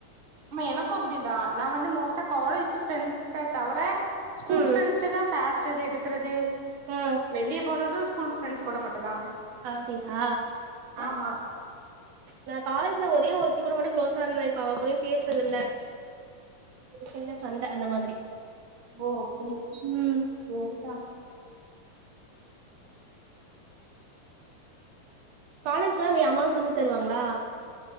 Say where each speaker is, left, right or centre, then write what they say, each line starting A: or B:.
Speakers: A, on the right; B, on the right.
A: ஆமா எனக்கு அப்புடிதா நா வந்து மோஸ்ட்டா காலேஜ் ப்ரெண்ட்ஸ் ச தவர ஸ்கூல்
B: ம்.
A: ஃப்ரெண்ட்ஸ்ட்ட தா பேசுறது எடுக்கறது
B: ஆ.
A: வெளிய போறது ஸ்கூல் ப்றண்ட்ஸ் கூட மட்டு தா
B: அப்டியா?
A: ஆமா
B: நா காலேஜ்ல ஒரே ஒருத்தி கூட மட்டு குளோஸா இருந்தே இப்ப அவ கூடையு பேசுறதில்ல சின்ன சண்ட அந்த மாதிரி
A: ஓ அப்புடி
B: ம்
A: செரி தா
B: காலேஜுக்ல்லா வி அம்மா செமச்சு தருவாங்களா